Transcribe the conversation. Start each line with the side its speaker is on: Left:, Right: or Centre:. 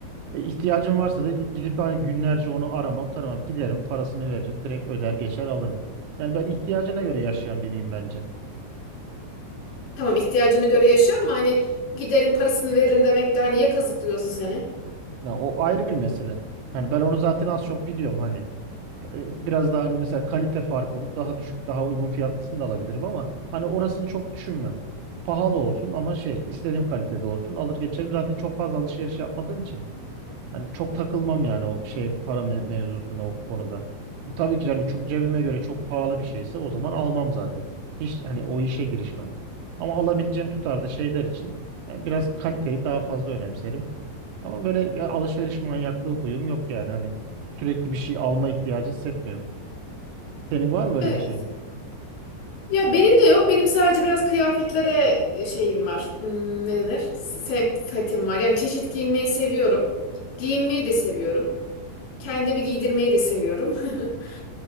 Right: E, ihtiyacım varsa da gidip hani günlerce onu aramam, taramam. Giderim, parasını veririm, direkt öder geçer alırım. Yani ben ihtiyacına göre yaşayan biriyim bence.
Left: Tamam ihtiyacını göre yaşa ama hani giderim parasını veririm demek de hani ya kazıklıyorsa seni.
Right: Ya o ayrı bir mesele. Yani ben onu zaten az çok biliyorum hani. E, Biraz daha hani mesela kalite farkı olup daha düşük, daha uygun fiyatlısını da alabilirim ama hani orasını çok düşünmem. Pahalı olsun ama şey istediğim kalitede olsun alır geçerim. Zaten çok fazla alışveriş yapmadığım için. Hani çok takılmam yani o şey para me- mevzusuna o konuda. E, tabii ki yani çok cebime göre çok pahalı bir şeyse o zaman almam zaten. Hiç hani o işe girişmem. Ama alabileceğim tutarda şeyler için yani biraz kaliteyi daha fazla önemserim. Ama böyle bir alışveriş manyaklığı huyum yok yani hani sürekli bir şey alma ihtiyacı hissetmiyorum. Senin var mı öyle
Left: Evet.
Right: bir şeyin?
Left: Ya benim de yok. Benim sadece biraz kıyafetlere e, şeyim var. Hmm, ne denir? S- Sempatim var. Yani çeşit giyinmeyi seviyorum. Giyinmeyi de seviyorum. Kendimi giydirmeyi de seviyorum. <laughs>